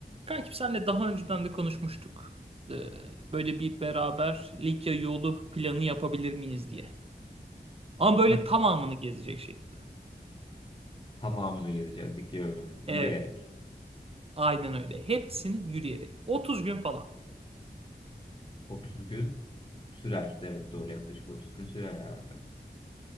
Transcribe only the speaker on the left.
Evet,
tamamını gezeceğiz. Dikiyorum. Yürüyerek.
30 gün sürer. Evet doğru yaklaşık 30 gün sürer herhalde.